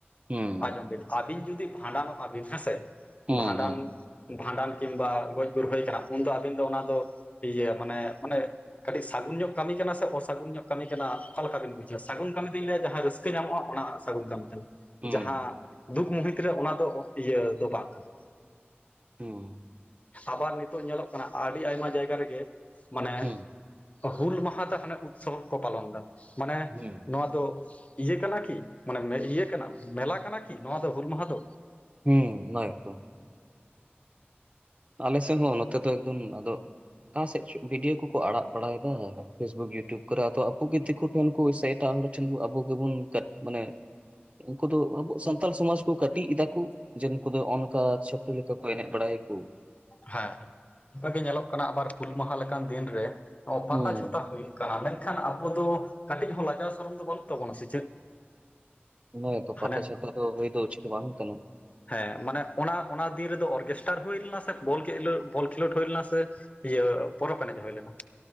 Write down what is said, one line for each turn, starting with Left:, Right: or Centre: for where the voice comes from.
Right: ᱦᱩᱸ
Left: ᱟᱡᱚᱢ ᱵᱤᱱ ᱟᱹᱵᱤᱱ ᱡᱩᱫᱤ ᱵᱷᱟᱸᱰᱟᱱᱚᱜᱼᱟ ᱵᱤᱱ ᱦᱮᱸᱥᱮ
Right: ᱦᱩᱸ,
Left: ᱵᱷᱟᱸᱰᱟᱱ
Right: ᱦᱩᱸ,
Left: ᱵᱷᱟᱸᱰᱟᱱ ᱠᱤᱢᱵᱟ ᱜᱚᱡ ᱜᱩᱨ ᱦᱩᱭ ᱠᱟᱱᱟ ᱩᱱᱫᱚ ᱟᱵᱤᱱ ᱫᱚ ᱚᱱᱟ ᱫᱚ ᱤᱭᱟᱹ ᱢᱟᱱᱮ ᱢᱟᱱᱮ ᱠᱟᱹᱴᱤᱡ ᱥᱟᱹᱜᱩᱱ ᱧᱚᱜ ᱠᱟᱹᱢᱤ ᱠᱟᱱᱟ ᱥᱮ ᱚᱥᱟᱹᱜᱩᱱ ᱧᱚᱜ ᱠᱟᱹᱢᱤ ᱠᱟᱱᱟ ᱚᱠᱟ ᱞᱮᱠᱟ ᱵᱤᱱ ᱵᱩᱡᱷᱟᱹᱣᱟ, ᱥᱟᱹᱜᱩᱱ ᱠᱟᱹᱢᱤ ᱫᱩᱧ ᱞᱮᱭᱟ ᱡᱟᱦᱟᱸ ᱨᱟᱹᱥᱠᱟᱹ ᱧᱟᱢᱚᱜᱼᱟ ᱚᱱᱟ ᱥᱟᱹᱜᱩᱱ ᱠᱟᱹᱢᱤ ᱠᱟᱱᱟ
Right: ᱦᱩᱸ,
Left: ᱡᱟᱦᱟᱸ ᱫᱩᱠ ᱢᱩᱦᱤᱛ ᱨᱮ ᱚᱱᱟ ᱫᱚ ᱤᱭᱟᱹ ᱫᱚ ᱵᱟᱝ ᱠᱟᱱᱟ
Right: ᱦᱩᱸ
Left: ᱟᱵᱟᱨ ᱱᱤᱛᱚᱜ ᱧᱮᱞᱚᱜ ᱠᱟᱱᱟ ᱟᱹᱰᱤ ᱟᱭᱢᱟ ᱡᱟᱭᱜᱟ ᱨᱮᱜᱮ ᱢᱟᱱᱮ
Right: ᱦᱩᱸ,
Left: ᱦᱩᱞ ᱢᱟᱦᱟᱛᱮ ᱦᱟᱱᱮ ᱩᱛᱥᱚᱵ ᱠᱚ ᱯᱟᱞᱚᱱ ᱫᱟ ᱢᱟᱱᱮ
Right: ᱦᱩᱸ,
Left: ᱱᱚᱣᱟ ᱫᱚ ᱤᱭᱟᱹ ᱠᱟᱱᱟ ᱠᱤ ᱢᱟᱱᱮ ᱤᱭᱟᱹ ᱠᱟᱱᱟ ᱢᱮᱞᱟ ᱠᱟᱱᱟ ᱠᱤ ᱱᱚᱣᱟ ᱫᱚ ᱦᱩᱞ ᱢᱟᱦᱟ ᱫᱚ
Right: ᱦᱩᱸ ᱚᱱᱟ‌ ᱜᱮᱛᱚ ᱟᱞᱮ ᱥᱮᱱ ᱦᱚᱸ ᱱᱚᱛᱮ ᱫᱚ ᱮᱠᱫᱚᱢ ᱟᱫᱚ ᱚᱠᱟ ᱥᱮᱫ ᱵᱷᱤᱰᱭᱳ ᱠᱚᱠᱚ ᱟᱲᱟᱜ ᱵᱟᱲᱟᱭᱮᱫᱟ ᱯᱷᱮᱥᱵᱩᱠ ᱤᱭᱩᱴᱩᱵ ᱠᱚᱨᱮ ᱟᱫᱚ ᱟᱠᱩᱜᱮ ᱫᱤᱠᱩ ᱴᱷᱮᱱ ᱠᱩ ᱥᱮ ᱮᱴᱟᱜ ᱦᱚᱲ ᱴᱷᱮᱱ ᱟᱵᱚ ᱜᱮᱵᱚᱱ ᱢᱟᱱᱮ ᱩᱱᱠᱩ ᱫᱚ ᱟᱵᱚ ᱥᱟᱱᱛᱟᱞ ᱥᱚᱢᱟᱡ ᱠᱚ ᱠᱟᱹᱴᱤᱡ ᱮᱫᱟᱠᱚ ᱡᱮ ᱱᱩᱠᱩ ᱫᱚ ᱚᱱᱠᱟ ᱪᱷᱟᱯᱨᱤ ᱞᱮᱠᱟ ᱠᱚ ᱮᱱᱮᱡ ᱵᱟᱲᱟᱭᱟᱠᱩ
Left: ᱦᱮᱸ ᱚᱱᱠᱟᱜᱮ ᱧᱮᱞᱚᱜ ᱠᱟᱱᱟ ᱟᱵᱟᱨ ᱦᱩᱞ ᱢᱟᱦᱟ ᱞᱮᱠᱟᱱ ᱫᱤᱱ ᱨᱮ ᱯᱟᱛᱟ
Right: ᱦᱩᱸ
Left: ᱪᱷᱟ ᱼᱼ ᱛᱟ ᱦᱩᱭᱩᱜ ᱠᱟᱱᱟ, ᱢᱮᱱᱠᱷᱟᱱ ᱟᱵᱚ ᱫᱚ ᱠᱟᱹᱴᱤᱡ ᱦᱚᱸ ᱞᱟᱡᱟᱣ ᱥᱚᱨᱚᱢ ᱫᱚ ᱵᱟᱹᱱᱩᱜ ᱛᱟᱵᱚᱱᱟ ᱥᱮ ᱪᱮᱫ
Right: ᱚᱱᱟ ᱜᱮᱛᱚ
Left: ᱦᱟᱱᱮ
Right: ᱯᱟᱛᱟ ᱪᱷᱟᱛᱟ ᱞᱮᱠᱟ ᱫᱚ ᱦᱩᱭ ᱫᱚ ᱩᱪᱤᱛ ᱵᱟᱝ ᱠᱟᱱᱟ
Left: ᱦᱮᱸ ᱢᱟᱱᱮ ᱚᱱᱟ ᱚᱱᱟ ᱫᱤᱱ ᱨᱮᱫᱚ ᱚᱨᱠᱮᱥᱴᱟᱨ ᱦᱩᱭ ᱞᱮᱱᱟ ᱥᱮ ᱵᱚᱞ ᱠᱮᱞᱳᱰ ᱵᱚᱞ ᱠᱷᱮᱞᱳᱰ ᱦᱩᱭ ᱞᱮᱱᱟ ᱥᱮ ᱤᱭᱟᱹ ᱯᱚᱨᱚᱵᱽ ᱮᱱᱮᱡ ᱦᱩᱭ ᱞᱮᱱᱟ